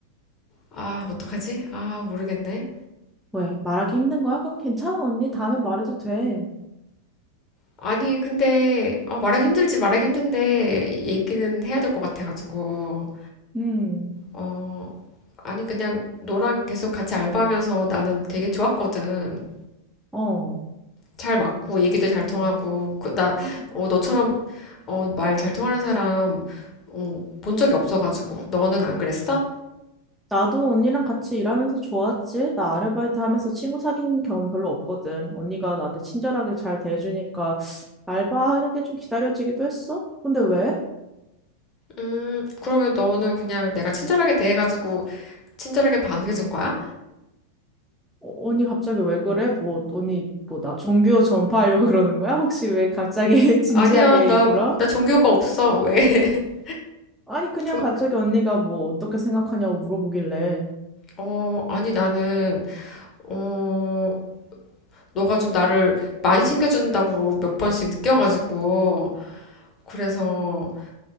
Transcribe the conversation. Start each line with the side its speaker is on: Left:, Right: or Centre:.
Left: 아, 어떡하지? 아, 모르겠네.
Centre: 왜? 말하기 힘든 거야? 그럼 괜찮아, 언니. 다음에 말해도 돼.
Left: 아니, 근데, 어, 말하기 힘들지, 말하기 힘든데, 얘기는 해야 될 것 같아가지고.
Centre: 음,
Left: 어, 아니, 그냥 너랑 계속 같이 알바하면서 나는 되게 좋았거든.
Centre: 어.
Left: 잘 맞고 얘기도 잘 통하고 그, 나 어, 너처럼 어, 말 잘 통하는 사람 어, 본 적이 없어가지고 너는 안 그랬어?
Centre: 나도 언니랑 같이 일하면서 좋았지. 나 아르바이트 하면서 친구 사귄 경험 별로 없거든. 언니가 나한테 친절하게 잘 대해주니까 알바하는 게 좀 기다려지기도 했어. 근데 왜?
Left: 음 그러면 너는 그냥 내가 친절하게 대해가지고 친절하게 반응해준 거야?
Centre: 어, 언니 갑자기 왜 그래? 뭐 언니 뭐 나 종교 전파하려고 <laughs> 그러는 거야? 혹시 왜 갑자기 <laughs> 진지하게
Left: 아니야 나
Centre: 굴어?
Left: 나 종교가 없어 왜? <laughs>
Centre: 아니 그냥
Left: 종,
Centre: 갑자기 언니가 뭐 어떻게 생각하냐고 물어보길래
Left: 어 아니 나는 어 너가 좀 나를 많이 챙겨준다고 몇 번씩 느껴가지고 그래서